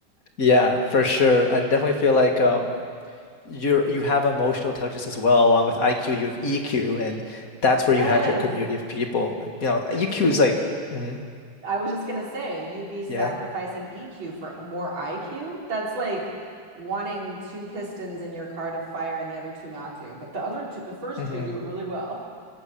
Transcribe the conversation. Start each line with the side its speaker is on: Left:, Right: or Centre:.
Left: Yeah, for sure. I definitely feel like um you're you have emotional intelligence as well, along with IQ, you have EQ, and that's
Right: Yes.
Left: where you have your community of people. You know,
Right: So
Left: EQ
Right: so
Left: is like, mhm,
Right: I was just gonna say, you'd be sacrificing
Left: yeah.
Right: EQ for more IQ. That's like wanting two pistons in your car to fire and the other two not to. But the other two, the first
Left: mhm.
Right: two do it really well.